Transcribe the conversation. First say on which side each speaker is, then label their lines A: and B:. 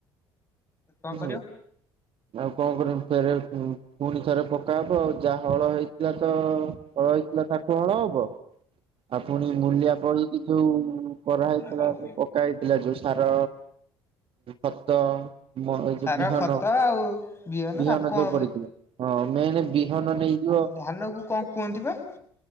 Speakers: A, on the right; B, on the left.
A: ବୁଝିଲୁ।
B: କଣ କରିବ?
A: ଆଉ କଣ କରିବୁ ଫରେ ପୁଣି ଫୁଣି ଥରେ ପକା ହବ ଆଉ ଯାହା ହଳ ହେଇ ଥିଲା ତ ହଳ ହେଇଥିଲା ତାଠୁ ହଳ ହବ। ଆ ପୁଣି ମୂଲିଆ ପଡିକି ଯୋଉ କରାହେଇଥିଲା
B: ହଁ।
A: <unintelligible> ପକା ହେଇଥିଲା ଯୋଉ ସାର, ଖତ ମୋ ଏଇ
B: ସାର
A: ଯୋଉ ବିହନ
B: ଖତ ଆଉ
A: ବିହନ
B: ଆଉ କଣ
A: ଯୋଉ ପଡିଥିଲା ହଁ ମେନ୍ ବିହନ ନେଇଯିବ
B: ଧାନକୁ କଣ କୁହନ୍ତି ବା?